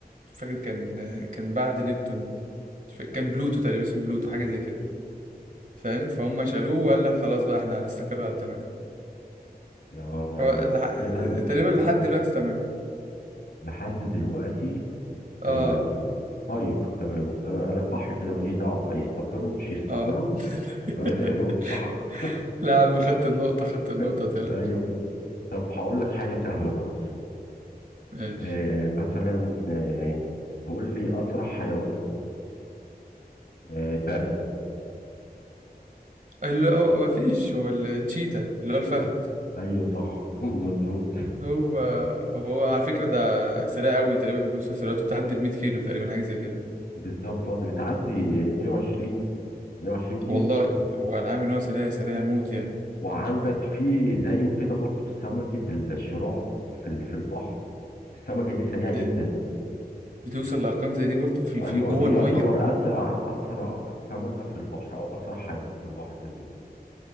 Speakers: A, on the right; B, on the left.
A: مش فاكر كان كان بعد نبتون مش فاكر- كان بلوتو تقريبا اسمه بلوتو حاجة زي كده فاهم فهم شالوه وقال لك خلاص بقى احنا هنستقر على تمانية
B: يا- يعني
A: هو لح...
B: هو كده الاستقرار
A: تقريبا لحد دلوقتي تمانية
B: لحد دلوقتي
A: اه
B: ثمانية
A: اه
B: طيب تمام يبقى أنا أنا صح كده ماليش دعوة بقى يستقروا مش يستقروا
A: اه <laughs>
B: أنا كده جاوبت صح
A: لا يا عم خدت النقطة خدت النقطة
B: <laughs>
A: متقلقش
B: أيوه طب هقول لك حاجة سهلة برضه
A: ماشي
B: آه، مثلا آه، تقول لي أسرع حيوان آه، بري
A: اللي هو مفيش هو التشيتا اللي هو الفهد
B: أيوه صح <laughs> مظبوط
A: هو هو على فكرة ده سريع قوي تقريبا بيوصل سرعته بتعدي ال 100 كيلو تقريبا حاجة زي كده
B: بالظبط اه، دي بتعدي 120 120 كيلو
A: والله هو انا عارف ان هو سريع سريع موت يعني
B: وعندك في زيه كده برضو سمكة الشراع في ال- في البحر السمكة دي سريعة جدا
A: د- بتوصل لأرقام زي دي برضه في في
B: ايوه
A: جوه
B: دي يعتبر
A: المية
B: اسرع اسرع سمكة في البحر او اسرع حيوان في البحر زي ما بيقولوا